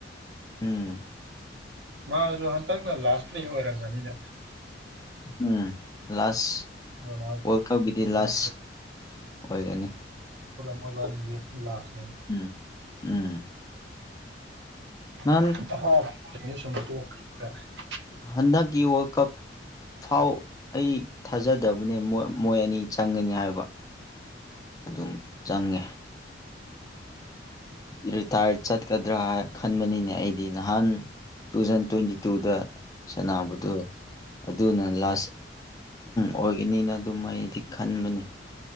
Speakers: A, on the left; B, on the right.
A: ꯎꯝ
B: ꯃꯥꯁꯨ ꯍꯟꯇꯛꯅ ꯂꯥꯁ ꯄ꯭ꯂꯦ ꯑꯣꯏꯔꯝꯒꯅꯤꯅ
A: ꯎꯝ ꯂꯥꯁ
B: ꯔꯣꯅꯥꯜ
A: ꯋꯥꯔꯜ ꯀꯞꯀꯤꯗꯤ ꯂꯥꯁ
B: ꯑꯥ
A: ꯑꯣꯏꯔꯅꯤ
B: ꯃꯥ ꯂꯥꯁ
A: ꯎꯝ ꯎꯝ ꯅꯍꯥꯟ
B: <unintelligible>
A: ꯍꯟꯗꯛꯒꯤ ꯋꯥꯔꯜ ꯀꯞ ꯐꯥꯎ ꯑꯩ ꯊꯥꯖꯗꯕꯅꯦ ꯃꯣꯏ ꯑꯅꯤ ꯆꯪꯒꯅꯤ ꯍꯥꯏꯕ ꯑꯗꯨꯝ ꯆꯪꯉꯦ
B: <inaudible>
A: ꯔꯤꯇꯥꯌꯔꯠ ꯆꯠꯀꯗ꯭ꯔꯥ ꯈꯟꯕꯅꯤꯅꯦ ꯑꯩꯗꯤ ꯅꯍꯥꯟ ꯇꯨ ꯊꯥꯎꯖꯟ ꯇ꯭ꯋꯦꯟꯇꯤ ꯇꯨꯗ ꯁꯥꯟꯅꯕꯗꯣ ꯑꯗꯨꯅ ꯂꯥꯁ ꯑꯣꯏꯒꯅꯤꯅ ꯑꯗꯨꯝ ꯑꯩꯗꯤ ꯈꯟꯕꯅꯤ